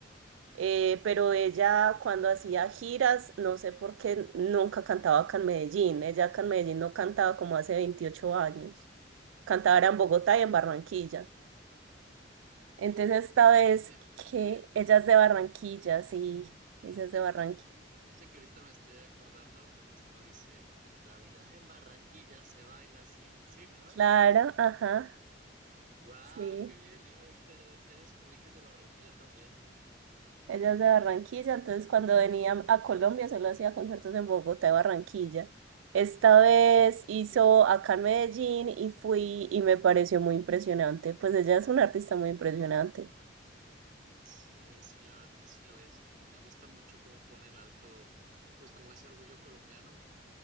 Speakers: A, on the right (about 85°); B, on the right (about 45°).
A: Eh, pero ella cuando hacía giras, no sé por qué nunca cantaba acá en Medellín. Ella acá en Medellín no cantaba como hace 28 años. Cantaba era en Bogotá y en Barranquilla. Entonces esta
B: Ella
A: vez
B: es de Barranquilla.
A: que ella es de Barranquilla, sí, ella
B: Sí.
A: es
B: Hay
A: de Barranquilla.
B: una, hay una frase que ahorita me estoy acordando que justo dice, la vida en Barranquilla se baila así. Sí, ¿no?
A: Clara,
B: <laughs>
A: ajá,
B: Wow,
A: sí.
B: qué bien, ¿eh? Ahorita ya, ya descubrí que es de Barranquilla también.
A: Ella es de Barranquilla, entonces cuando venía a Colombia solo hacía conciertos en Bogotá y Barranquilla. Esta vez
B: Ah, ok.
A: hizo acá en Medellín y fui y me pareció muy impresionante. Pues ella es una artista muy impresionante.
B: Sí, sí, la verdad que sí lo es. Me, me gusta mucho cómo ponen alto, pues como ese orgullo colombiano,